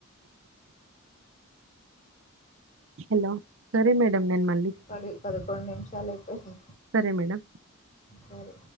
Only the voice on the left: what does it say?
పది పదకొండు నిమిషాలు అయిపోయియి.
సరి